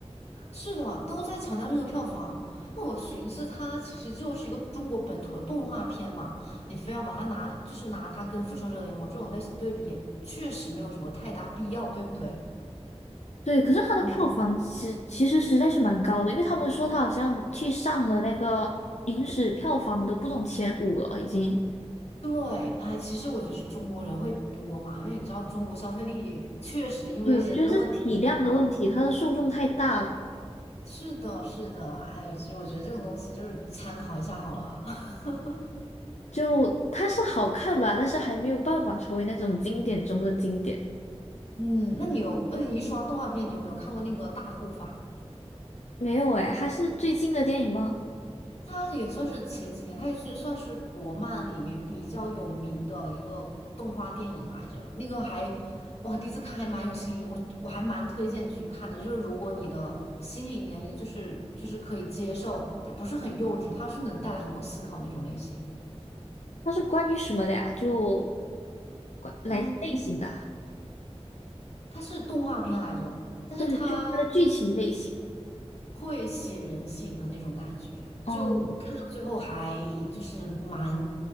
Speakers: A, on the left (about 65°); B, on the left (about 85°).
A: 是的，都在强调这个票房。那我寻思，它其实就是一个中国本土的动画片嘛，你非要把它拿，就是拿它跟《复仇者联盟》这种类型对比，也确实没有什么太大必要，对不对？
B: 对，可是它的票房其其实实在是蛮高的，
A: 嗯，
B: 因为他们说它好像去上了那个影史票房的不总前五了，已经。
A: 对，哎，其实我觉得是中国人会多嘛，因为你知道中国消费力确实因为人的问题去高一些。
B: 对，就是体量的问题，它的受众太大了。
A: 是的，是的，哎，其实我觉得这种东西就是参考一下好了。<laughs>
B: 就它是好看吧，但是还没有办法成为那种经典中的经典。
A: 嗯，那你有，呃，你说到动画片，你有没有看过那个《大护法》？
B: 没有诶，它是最近的电影吗？
A: 它也算是前几年，它也是算是国漫里面比较有名的一个动画电影来着。那个还，哇，第一次看还蛮有心理，我我还蛮推荐去看的。就是如果你的心理年龄就是就是可以接受，它不是很幼稚，它是能带来很多思考那种类型。
B: 它是关于什么的呀？就关哪一类型的啊？
A: 嗯，它是动画片来着，但是它。
B: 就是就它的剧情类型。
A: 会写人性的那种感觉，
B: 哦
A: 就看到最后还就是蛮